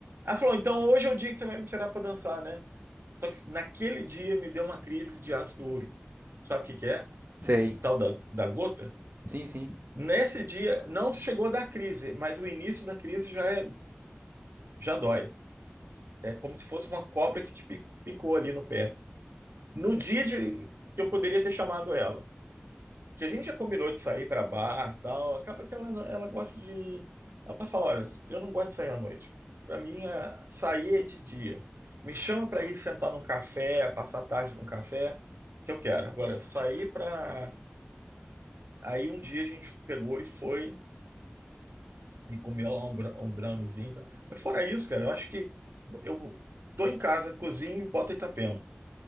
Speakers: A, on the right; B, on the right.
A: Ela falou: então hoje é o dia que você vai me tirar para dançar, né? Só que naquele dia me deu uma crise de ácido úrico. Sabe o que que é?
B: Sei.
A: tal da, da gota,
B: Sim, sim.
A: nesse dia não chegou da crise, mas o início da crise já, é, já dói. É como se fosse uma cobra que te picou ali no pé. No dia de, que eu poderia ter chamado ela, que a gente já combinou de sair para bar e tal, acaba que ela, ela gosta de. Ela fala: olha, eu não gosto de sair à noite. Para mim, a- sair é de dia. Me chama para ir sentar num café, passar a tarde num café, que eu quero. Agora, sair para. Aí um dia a gente pegou e foi e comia lá um, bra- um browniezinho. e tal. Mas fora isso, cara, eu acho que eu tô em casa, cozinho e boto Itapema.